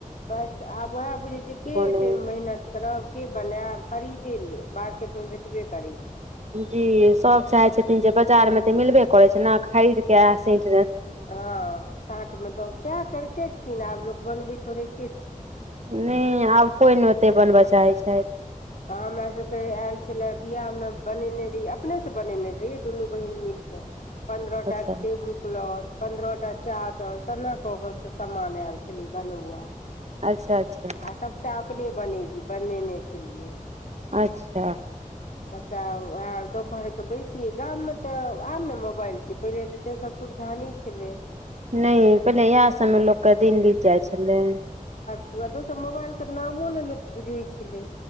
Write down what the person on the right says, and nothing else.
नहि
जी सब चाहे छथिन जे बाजार मे ते मिलबे करै छैय न खरीद के आ स
नहि आब कोइ नै ओते बनबय चाहै छथि।
अच्छा
अच्छा अच्छा
अच्छा
नै पहिले इएह सभमे लोक के दिन बीत जाइ छलै।